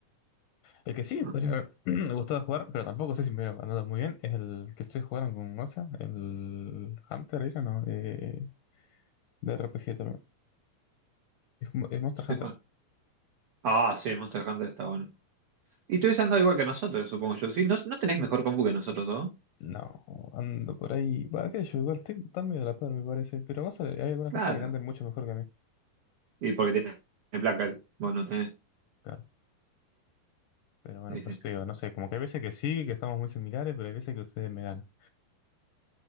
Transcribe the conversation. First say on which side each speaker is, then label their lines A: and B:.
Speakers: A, on the left; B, on the right.
A: El que sí me
B: no
A: podría haber <clears throat> me gustado jugar, pero tampoco sé si me hubiera ganado muy bien, es el que ustedes jugaron con Goza, el Hunter era, ¿no? Eh, de RPG también. Es, mo- es Monster
B: sé
A: Hunter.
B: cuál. Ah, sí, el Monster Hunter está bueno. Y tú ando igual que nosotros, supongo yo. Sí, ¿no, no tenés mejor compu que nosotros dos?
A: No, ando por ahí. Va, qué yo, igual estoy- están medio a la par, me parece. Pero Goza, hay algunas
B: Claro.
A: cosas que le andan mucho mejor que a mí.
B: Y porque tiene placa él. Vos no tenés.
A: Claro. Pero bueno,
B: Sí,
A: por
B: sí.
A: eso te digo, no sé, como que hay veces que sí, que estamos muy similares, pero hay veces que ustedes me ganan.